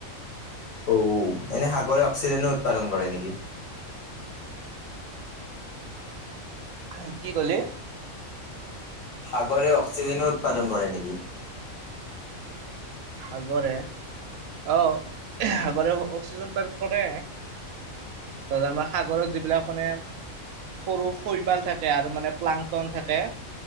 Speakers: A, on the left; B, on the right.
A: অ এনে সাগৰে অক্সিজেনো উৎপাদন কৰে নেকি?
B: হ কি ক'লে
A: সাগৰে অক্সিজেনো উৎপাদন কৰে নেকি?
B: সাগৰে অহ সাগৰে অক্সিজেন উৎপাদন কৰে। ত আমাৰ সাগৰত যিবিলাক মানে সৰু শৈবাল থাকে আৰু মানে প্লাংটন থাকে